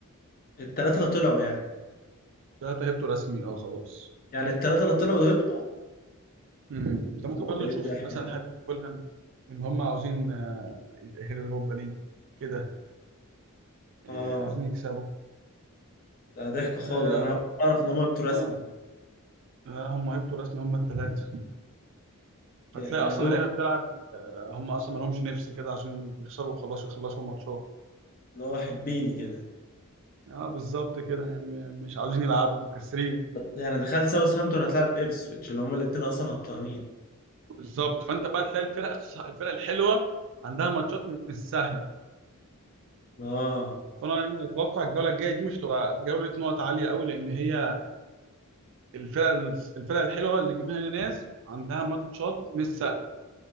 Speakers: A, on the left; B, on the right.
A: التلاتة اللي طلعوا يعني
B: ثلاثه هبطوا رسمي اه خلاص
A: يعني التلاتة اللي طلعوا وهبطوا
B: مم. انت ممكن برضه
A: ايه
B: تشوف
A: الضحك
B: مثلا
A: ده
B: حد فولهام ان هم عاوزين آه، يتاهلوا يوروبا ليج كده آه،
A: اه
B: عايزين يكسبوا
A: ده ضحك خالص
B: اه
A: انا أول مرة اعرف ان هم هبطوا رسمي
B: اه آه، هم هيبطوا رسمي هم الثلاثه فتلاقي
A: يا يا
B: اصلا
A: دوب
B: اللعيبه بتلعب آه، هم اصلا ما لهمش نفس كده عشان يخسروا وخلاص يخلصوا الماتشات
A: اللي هو حبيني كده
B: اه بالظبط كده يعني م- مش عاوزين يلعبوا مكسرين
A: يعني دخلت ساوثهامبتون هتلعب ابسويتش اللي هم الاتنين اصلا هبطانين
B: بالظبط فانت بقى تلاقي الفرق الص- الفرق الحلوه عندها ماتشات مش سهله
A: اه
B: فانا يعني اتوقع الجوله الجايه دي مش هتبقى جوله نقط عاليه قوي لان هي الفرق الفرق الحلوه اللي جبنا هنا ناس عندها ماتشات مش سهله